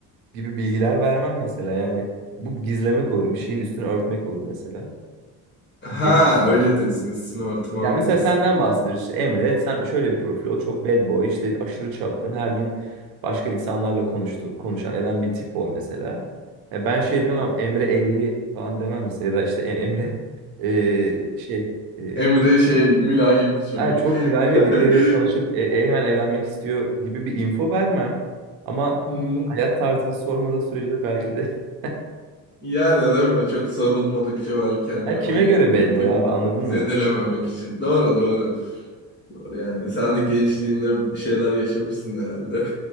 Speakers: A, on the right; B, on the left.
A: gibi bilgiler vermem mesela yani bu gizlemek olur bir şeyin üstünü örtmek olur mesela
B: Ha
A: diye düşünüyorum.
B: öyle diyorsun. Üstünü örtmem
A: Yani mesela
B: diyorsun.
A: senden bahsediyoruz işte Emre sen şöyle bir profil ol çok bad boy işte aşırı çapkın her gün başka insanlarla konuştu, konuşan eden bir tip ol mesela. Ya ben şey
B: Hı hı.
A: demem Emre evli falan demem mesela ya da işte E- Emre <laughs> e, şey e,
B: Emre şey mülayim bir çocuk.
A: Yani çok mülayim ve
B: <laughs>
A: birileriyle tanışıp e, e, hemen evlenmek istiyor gibi bir info vermem. Ama
B: Hı hı.
A: hayat tarzını sormadığı sürece de belki de. <laughs>
B: Yani değil mi? Çok sarılmadıkça belki hani
A: Ya
B: o
A: kime
B: y-
A: göre
B: yapıyı
A: bad boy abi anladın
B: zedelememek
A: mı? Şimdi.
B: için. Doğru doğru. Doğru yani. Sen de gençliğinde bir şeyler yaşamışsın herhalde.